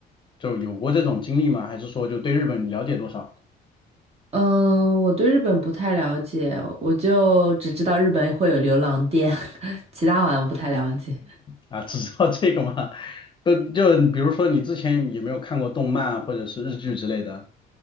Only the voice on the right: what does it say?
嗯，我对日本不太了解，我就只知道日本会有流浪店，<laughs> 其他好像不太了解。